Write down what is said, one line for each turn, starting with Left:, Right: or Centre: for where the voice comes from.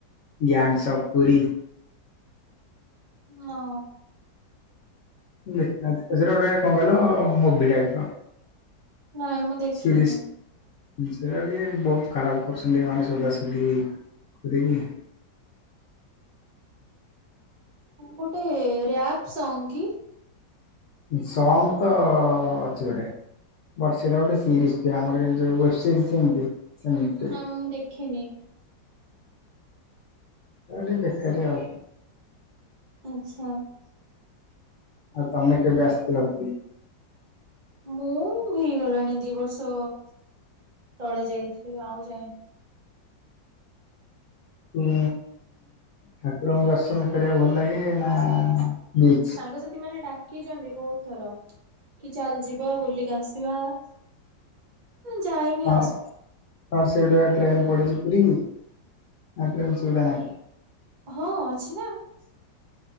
Left: ଗ୍ୟାଙ୍ଗ୍ସ ଅଫ୍ ପୁରୀ।
Right: ମଁ
Left: ଦେଖନାହା ସେ ସେଟରେ ଗୋଟେ କଣ କହିଲ ମୁଭି ଟାଇପ ର
Right: ନାଇଁ ମୁଁ ଦେଖିନି।
Left: ସିରିଜ୍ ସେଟା ଟିକେ ବହୁତ ଖରାପ କରୁଛନ୍ତି ମାନେ ସୋଧା ସୋଧି ହେଈକି
Right: ଗୋଟେ ରିୟାପ୍ ସଙ୍ଗ କି?
Left: ସଙ୍ଗ ତ ଅଛି ଗୋଟେ ବଟ୍ ସେଇଟା ଗୋଟେ ସିରିଜ <unintelligible> ଆମରମ ଓ୍ୟେବ ସିରିଜ ସେମତି ସେମତି
Right: ନା ମୁଁ ଦେଖିନି
Left: ସେଟା ଟିକେ ବେକାରିଆ ଆଉ
Right: ଆଚ୍ଛା।
Left: ଆଉ ତମେ କେବେ ଆସିଥିଲ ପୁରୀ?
Right: ମୁଁ ହେଇଗଲାଣି ଦି ବର୍ଷ ତଳେ ଯାଇଥିଲି ଆଉ ଯାଏନି।
Left: ଉଁ ଠାକୁରଙ୍କୁ ଦର୍ଶନ କରିବାକୁ ଭଲ ଲାଗେ ନା ବିଚ୍?
Right: ସାଙ୍ଗ ସାଥି ମାନେ ଡାକିଛନ୍ତି ବହୁତ ଥର କି ଚାଲଯିବା ବୁଲିକି ଆସିବା ଯାଇନି
Left: ତର
Right: ଆଉ
Left: ସେଇଠୁ ଟ୍ରେନ ପଡିଛି ପୁରୀ କି ଟ୍ରେନ ସୁବିଧା ନାହିଁ?
Right: ହଁ ଅଛି ନା